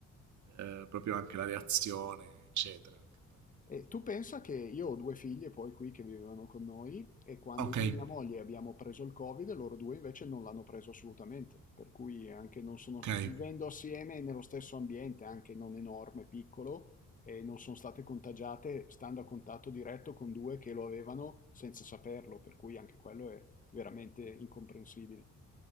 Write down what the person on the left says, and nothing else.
E
tu pensa che io ho due figlie poi qui che vivevano con noi e quando
io e mia moglie abbiamo preso il Covid, loro due invece non l'hanno preso assolutamente, per cui anche non sono,
vivendo assieme nello stesso ambiente, anche non enorme, piccolo, e non sono state contagiate stando a contatto diretto con due che lo avevano senza saperlo, per cui anche quello è veramente incomprensibile.